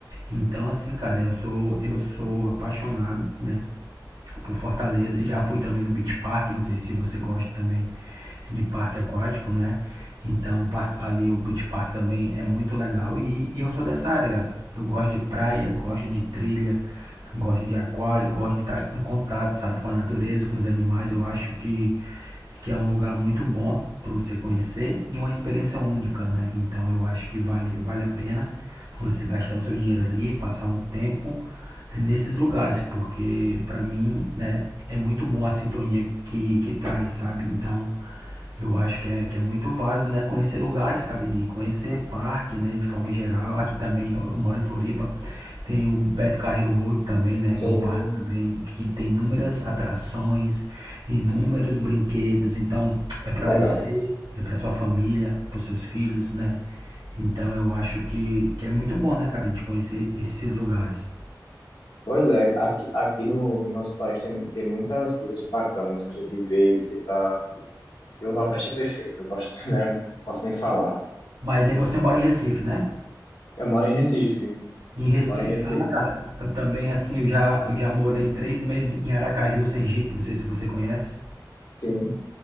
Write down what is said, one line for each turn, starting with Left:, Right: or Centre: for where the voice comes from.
Right: Então, assim, cara, eu sou, eu sou apaixonado, né? por Fortaleza. Já fui também no Beach Park, não sei se você gosta também de parque aquático, né? Então, ali o Beach Park também é muito legal e, e eu sou dessa área, cara. Eu gosto de praia, gosto de trilha, gosto de aquário, gosto de estar em contato, sabe, com a natureza, com os animais. Eu acho que que é um lugar muito bom para você conhecer e uma experiência única, né? Então eu acho que vale, vale a pena você gastar o seu dinheiro ali, passar um tempo nesses lugares, porque para mim, né, é muito bom a sintonia que, que traz, sabe? Então eu acho que é, que é muito válido, né? Conhecer lugares, cara, e conhecer parque, né? De forma geral. Aqui também, eu moro em Floripa, tem o Beto Carreiro Road também, né?
Left: Sim,
Right: Que é um parque também que tem inúmeras atrações, inúmeros brinquedos. Então, é pra
Left: legal.
Right: você, é pra sua família, pros seus filhos, né? Então, eu acho que, que é muito bom, né, cara, a gente conhecer esses lugares.
Left: Pois é, aqui, aqui no nosso país tem, tem muitas coisas bacanas pra gente ver, visitar. E o Nordeste é perfeito, eu gosto, <laughs> né? Posso nem falar.
Right: Mas aí você mora em Recife, né?
Left: Eu moro em Recife.
Right: Em Recife,
Left: Moro em Recife.
Right: ah, cara, eu também, assim, eu já, eu já morei três meses em Aracaju, Sergipe, não sei se você conhece.
Left: Sim,